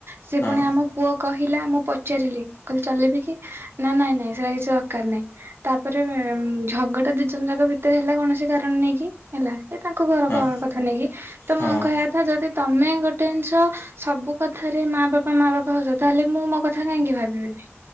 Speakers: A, on the right (about 55°); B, on the left (about 55°).
A: ସିଏ
B: ହଁ
A: ପୁଣି ଆମ ପୁଅ କହିଲା ମୁଁ ପଚାରିଲି କଇଲି ଚଲେଇବି କି ନା ନାଇଁ ନାଇଁ ସେଇଟା କିଛି ଦରକାର ନାଇଁ। ତାପରେ ଉଁ ଝଗଡା ଦି ଜଣ ଯାଙ୍କ ଭିତରେ ହେଲା କୌଣସି କାରଣ ନେଇକି ହେଲା। ଏ ତାଙ୍କ ଘର
B: ହଁ
A: କଁ କଣ କଥା ନେଇକି ତ
B: ହଁ
A: ମୁଁ କହିଆ କଥା ଯଦି ତମେ ଗୋଟେ ଜିନିଷ ସବୁ କଥାରେ ମା ବାପା ମା ବାପା ହଉଛ ତାହେଲେ ମୁଁ ମୋ କ କଥା କାହିଁକି ଭାବିବେନି।